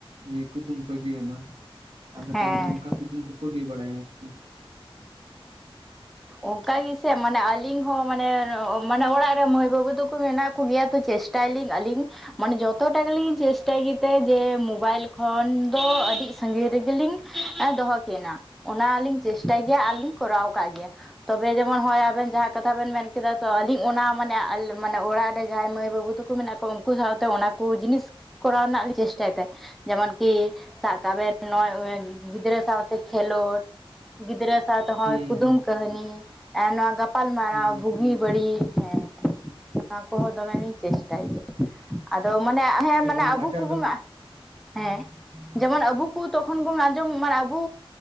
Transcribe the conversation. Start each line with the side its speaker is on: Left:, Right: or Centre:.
Right: ᱡᱤᱭᱮ ᱠᱩᱫᱩᱢ ᱠᱚᱭ ᱞᱟᱹᱭ ᱟᱢᱟ ᱟᱫᱚ
Centre: ᱦᱮᱸ
Right: ᱛᱟᱦᱚᱞᱮ ᱚᱱᱠᱟ ᱠᱩᱫᱩᱢ ᱠᱚᱠᱚ ᱞᱟᱹᱭ ᱵᱟᱲᱟᱭᱟ ᱟᱨᱠᱤ
Centre: ᱚᱝᱠᱟ ᱜᱮᱥᱮ ᱢᱟᱱᱮ ᱟᱹᱞᱤᱧ ᱦᱚᱸ ᱢᱟᱱᱮ ᱢᱟᱱᱮ ᱚᱲᱟᱜ ᱨᱮ ᱢᱟᱹᱭ ᱵᱟᱹᱵᱩ ᱛᱟᱠᱚ ᱢᱮᱱᱟᱜ ᱠᱚᱜᱮᱭᱟ ᱛᱚ ᱪᱮᱥᱴᱟᱭᱟᱞᱤᱧ ᱟᱹᱞᱤᱧ ᱢᱟᱱᱮ ᱡᱚᱛᱚᱴᱟ ᱜᱮᱞᱤᱧ ᱪᱮᱥᱴᱟᱭᱜᱮᱛᱮ ᱡᱮ ᱢᱳᱵᱟᱭᱤᱞ ᱠᱷᱚᱱ ᱫᱚ ᱟᱹᱰᱤ ᱥᱟᱺᱜᱤᱧ ᱨᱮᱜᱮᱞᱤᱧ ᱫᱚᱦᱚ ᱠᱤᱱᱟ ᱚᱱᱟᱞᱤᱧ ᱪᱮᱥᱴᱟᱭ ᱜᱮᱭᱟ ᱟᱨᱞᱤᱧ ᱠᱚᱨᱟᱣ ᱠᱟᱜ ᱜᱮᱭᱟ ᱛᱚᱵᱮ ᱡᱮᱢᱚᱱ ᱦᱚᱜ ᱞᱱᱱᱟᱵᱮᱱ ᱡᱟᱦᱟᱸ ᱠᱟᱛᱷᱟ ᱵᱮᱱ ᱢᱮᱱ ᱠᱮᱫᱟ ᱛᱚ ᱟᱹᱞᱤᱧ ᱚᱱᱟ ᱢᱟᱱᱮ ᱢᱟᱱᱮ ᱚᱲᱟᱜ ᱨᱮ ᱡᱟᱦᱟᱸᱭ ᱢᱟᱹᱭ ᱵᱟᱹᱵᱩ ᱛᱟᱠᱚ ᱢᱮᱱᱟᱜ ᱠᱚᱣᱟ ᱩᱱᱠᱩ ᱩᱱᱠᱩ ᱥᱟᱶᱛᱮ ᱚᱱᱟ ᱠᱚ ᱡᱤᱱᱤᱥ ᱠᱚᱨᱟᱣ ᱨᱮᱱᱟᱜ ᱞᱮ ᱪᱮᱥᱴᱟᱭᱮᱫᱟ ᱡᱮᱢᱚᱱᱠᱤ ᱥᱟᱜ ᱠᱟᱵᱢᱮ ᱱᱚ ᱜᱤᱫᱽᱨᱟᱹ ᱥᱟᱶᱛᱮ ᱠᱷᱮᱞᱳᱰ ᱜᱤᱫᱽᱨᱟᱹ ᱥᱟᱶᱛᱮ ᱦᱚᱭ
Right: ᱦᱩᱸ
Centre: ᱠᱩᱫᱩᱢ
Right: ᱦᱩᱸ
Centre: ᱠᱟᱹᱦᱱᱤ ᱮ ᱱᱚᱣᱟ ᱜᱟᱯᱟᱞ ᱢᱟᱨᱟᱣ
Right: ᱦᱩᱸ
Centre: ᱵᱩᱜᱤ ᱵᱟᱹᱲᱤᱡ, ᱦᱮᱸ ᱱᱚᱣᱟ ᱠᱚᱦᱚᱸ ᱫᱚᱢᱮᱞᱤᱧ ᱪᱮᱥᱴᱟᱭ ᱜᱮᱭᱟ ᱟᱫᱚ ᱢᱟᱱᱮ ᱦᱮᱸ
Right: ᱮᱵᱚᱝ
Centre: ᱢᱟᱱᱮ ᱟᱵᱩ
Right: ᱟᱪᱟᱨ
Centre: ᱠᱩ
Right: ᱵᱮᱵ
Centre: ᱵᱩᱱ, ᱦᱮᱸ ᱡᱮᱢᱚᱱ ᱟᱵᱚ ᱠᱚ ᱛᱚᱠᱷᱚᱱ ᱵᱚᱱ ᱟᱸᱡᱚᱢ ᱢᱟᱱᱮ ᱟᱵᱩᱻᱻ